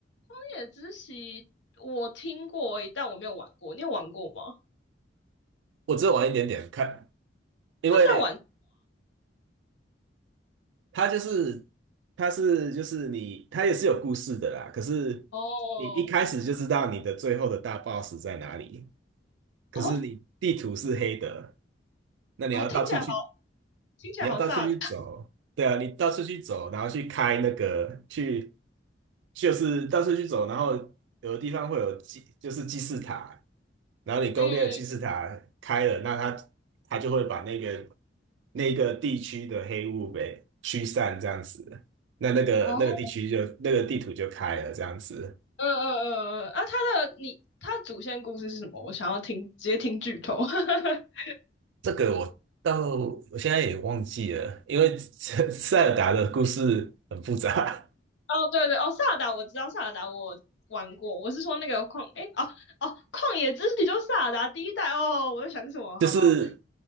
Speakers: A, on the left (about 70°); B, on the right (about 75°).
A: 荒野之息我听过而已，但我没有玩过，你有玩过吗？
B: 我只有玩一点点看，因为
A: 他是在玩
B: 他就是他是就是你，他也是有故事的啦。可是你一开始就知道你的最后的大
A: 哦
B: boss 在哪里，可是你地图是黑的，
A: 哦
B: 那你要到处去
A: 哦，听起来好，听起来好萨尔达。
B: 你要到处去走，对啊，你到处去走，然后去开那个去，就是到处去走，然后有的地方会有祭，就是祭祀塔，然后你攻略的祭祀塔开了，
A: 嗯，
B: 那他他就会把那个那个地区的黑雾给驱散，这样子，那那个那个地区就那个地图就开了，
A: 哦，
B: 这样子。
A: 嗯嗯嗯嗯，啊，他的你他的主线故事是什么？我想要听，直接听剧透。<laughs>
B: 这个我到我现在也忘记了，因为 <laughs> 塞尔达的故事很复杂。
A: 哦，对对，哦，萨尔达我知道，萨尔达我玩过，我是说那个旷，诶，哦哦，旷野之息就是萨尔达第一代哦，我在想什么？
B: 就是
A: 好好，